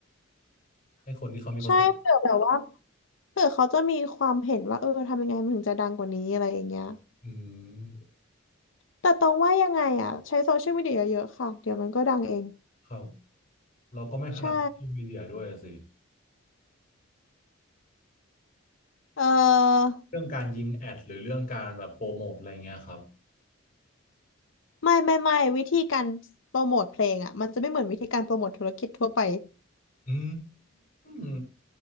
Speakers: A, on the left (about 45°); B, on the left (about 70°).
A: ให้คนที่เขามีประสบ
B: ใช่เผื่อแบบว่าเผื่อเขาจะมีความเห็นว่าเออทำยังไงมันถึงจะดังกว่านี้อะไรอย่างเงี้ย
A: อืม
B: แต่ตองว่ายังไงอ่ะใช้โซเชียลมีเดียเยอะๆค่ะเดี๋ยวมันก็ดังเอง
A: ครับเราก็ไม่ถนัดโซเชียลมีเดียด้วยสิ
B: ใช่เออ
A: เรื่องการยิงแอดหรือเรื่องการแบบโปรโมทอะไรเงี้ยครับ
B: ไม่ไม่ไม่วิธีการโปรโมทเพลงอ่ะมันจะไม่เหมือนวิธีการโปรโมทธุรกิจทั่วไป
A: อืม